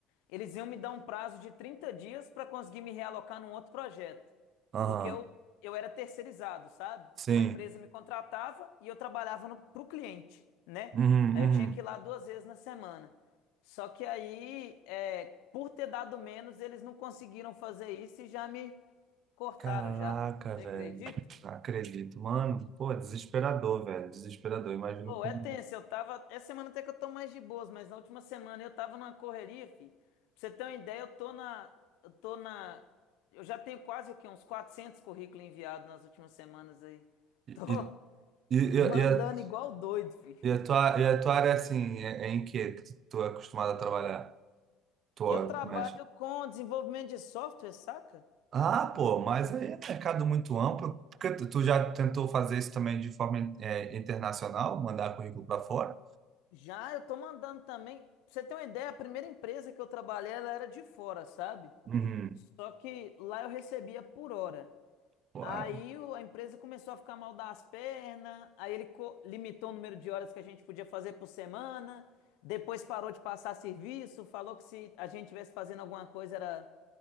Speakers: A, on the left (about 80°); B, on the right (about 45°).
A: eles iam me dar um prazo de 30 dias para conseguir me realocar num outro projeto.
B: Aham.
A: Porque eu, eu era terceirizado, sabe?
B: Sim.
A: Uma empresa me contratava e eu trabalhava no, pro cliente, né?
B: Uhum,
A: Aí
B: uhum.
A: eu tinha que ir lá duas vezes na semana. Só que aí, é, por ter dado menos, eles não conseguiram fazer isso e já me cortaram
B: Caraca,
A: já. Você
B: velho.
A: acredita?
B: Não Acredito. Mano, pô, desesperador, velho. Desesperador. Imagino
A: Pô,
B: como.
A: é tenso, eu tava. Essa semana até que eu tô mais de boas, mas na última semana eu tava numa correria, fi. Pra você ter uma ideia, eu tô na. Eu tô na. Eu já tenho quase o quê? Uns 400 currículos enviados nas últimas semanas aí.
B: E,
A: Tô
B: e,
A: <laughs>
B: e,
A: mandando
B: e a,
A: igual doido, fi.
B: e a tua, e a tua área, assim, é, é em que que tu, tu é acostumado a trabalhar? Tu
A: Eu trabalho
B: mexe?
A: com desenvolvimento de software, saca?
B: Ah, pô, mas aí é mercado muito amplo. Porque tu, tu já tentou fazer isso também de forma, eh, internacional, mandar currículo para fora?
A: Já eu tô mandando também. Pra você ter uma ideia, a primeira empresa que eu trabalhei, ela era de fora, sabe?
B: Uhum.
A: Só que lá eu recebia por hora.
B: Pô,
A: Aí
B: é.
A: o- a empresa começou a ficar mal das pernas, aí ele co- limitou o número de horas que a gente podia fazer por semana, depois parou de passar serviço, falou que se a gente tivesse fazendo alguma coisa era,